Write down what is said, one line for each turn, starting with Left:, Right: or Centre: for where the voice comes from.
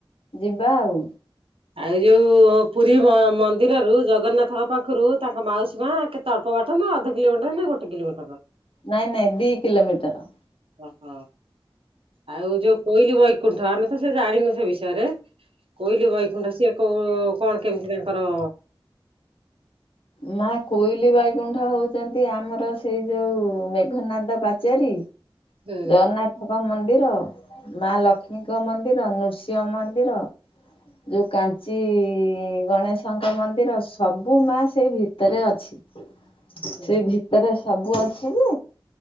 Left: ଯିବା ଆଉ।
Right: ଆଉ ଯୋଉ ପୁରୀ ମନ୍ଦିରରୁ ଜଗନ୍ନାଥଙ୍କ ପାଖରୁ ତାଙ୍କ ମାଉସୀ ମା କେ ଅଳ୍ପ ବାଟ ନା ଅଧ କିଲୋମିଟର ନା ଗୋଟେ କିଲୋମିଟର?
Left: ନାଇଁ ନାଇଁ ଦି କିଲୋମିଟର।
Right: ଓହୋ ଆଉ ଯୋଉ କୋଇଲି ବୈକୁଣ୍ଠ ଆମେ ତ ସେ ଜାଣିନୁ ସେ ବିଷୟରେ? କୋଇଲି ବୈକୁଣ୍ଠ ସିଏ କୋଉ କଣ କେମିତି ତାଙ୍କର
Left: ମା କୋଇଲି ବୈକୁଣ୍ଠ ହଉଛନ୍ତି ଆମର ସେଇ ଯୋଉ ମେଘନାଦ ପାଚେରୀ
Right: ହୁଁ
Left: ଜଗନ୍ନାଥଙ୍କ ମନ୍ଦିର, ମା ଲକ୍ଷ୍ମୀଙ୍କ ମନ୍ଦିର, ନୃସିଂହ ମନ୍ଦିର ଯୋଉ କାଞ୍ଚି ଗଣେଶଙ୍କ ମନ୍ଦିର ସବୁ ମା ସେଇ ଭିତରେ ଅଛି। ସେ
Right: ହୁଁ,
Left: ଭିତରେ ସବୁ ଅଛି ଯେ